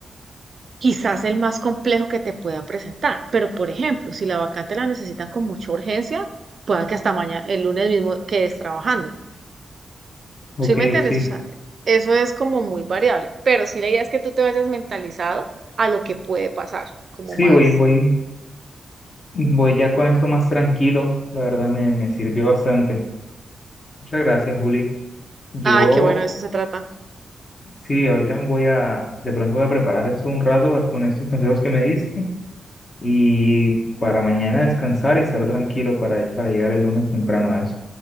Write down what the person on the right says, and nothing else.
quizás el más complejo que te pueda presentar, pero por ejemplo, si la vacante la necesitan con mucha urgencia, pueda que hasta mañana, el lunes mismo, quedes trabajando.
¿Sí me entiendes?
O sea, eso es como muy variable, pero sí la idea es que tú te vayas mentalizado a lo que puede pasar, como
más,
ay, qué bueno, de eso se trata.